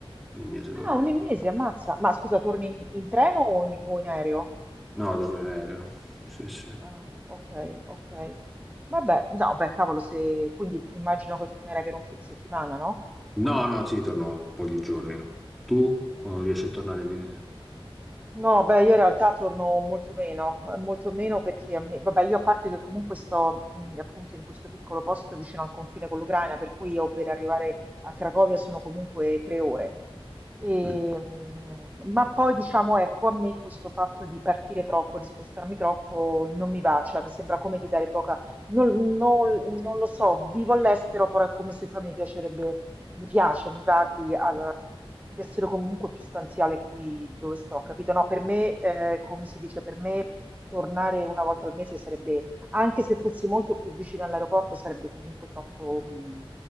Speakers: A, in the centre; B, on the right.
A: ogni mese torno.
B: Ah, un mese, ammazza. Ma scusa, torni in, in treno o in, o in aereo?
A: No, torno in aereo, sì, sì.
B: Ah, ok, ok. Vabbè, no, beh, cavolo, se... quindi immagino che tornerai per un fine settimana, no?
A: No, no, sì, torno pochi giorni. Tu, quando riesci a tornare? in-
B: No, beh, io in realtà torno molto meno, eh, molto meno perché a me, vabbè, io a parte che comunque sto mh, appunto in questo piccolo posto vicino al confine con l'Ucraina, per cui io per arrivare a Cracovia sono comunque tre ore. E,
A: Mm.
B: mh, ma poi diciamo, ecco, a me questo fatto di partire troppo, di spostarmi troppo, non mi va, cioè mi sembra come di dare poca, non, non- non lo so, vivo all'estero, però è come se poi mi piacerebbe mi piace, mi va di, allora, di essere comunque più stanziale qui dove sto, capito? No, per me, eh, come si dice, per me tornare una volta al mese sarebbe, anche se fossi molto più vicino all'aeroporto, sarebbe comunque troppo, mh,